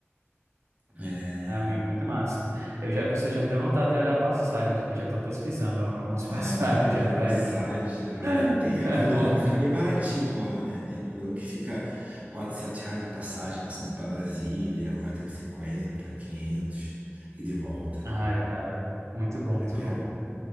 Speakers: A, on the right (about 30°); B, on the right (about 80°).
A: É,
B: Ah, meu, muito massa. Eu já, você já me deu vontade de olhar passagens, que já estou pesquisando algumas
A: Já
B: <laughs> passagens
A: olha,
B: já para
A: passagem,
B: ir.
A: a Brasília.
B: <laughs>
A: Tem época do ano que fica bem baratinho lá, né? Tem época do ano que fica 400 reais a passagem para Brasília, quatrocentos e cinquenta quinhentos e de volta.
B: Ai, cara, muito bom,
A: Vale
B: muito
A: a pena.
B: bom.